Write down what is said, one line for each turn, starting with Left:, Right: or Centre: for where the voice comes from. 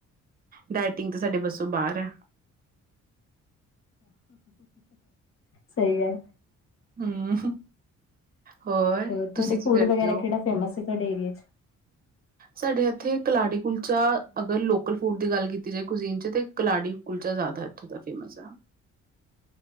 Right: ਡਾਇਟਿੰਗ ਤੇ ਸਾਡੇ ਬਸੋਂ ਬਾਰ ਐ।
Left: ਸਈ ਐ।
Right: ਹੂੰ ਹੋਰ
Left: ਤੁਹਾਡੇ
Right: ਤੁਸੀਂ ਕੀ
Left: ਫੂਡ
Right: ਕਰਦੇ
Left: ਵਗੈਰਾ
Right: ਓ।
Left: ਕਿਹੜਾ ਫੇਮਸ ਤੁਹਾਡੇ ਏਰੀਏ 'ਚ <inaudible>
Right: ਸਾਡੇ ਇੱਥੇ ਕਲਾੜੀ ਕੁਲਚਾ ਅਗਰ ਲੋਕਲ ਫੂਡ ਦੀ ਗੱਲ ਕੀਤੀ ਜਾਏ ਕੁਜ਼ੀਨ 'ਚ ਤੇ ਕਲਾੜੀ ਕੁਲਚਾ ਜਾਦਾ ਇੱਥੇ ਦਾ ਫੇਮਸ ਆ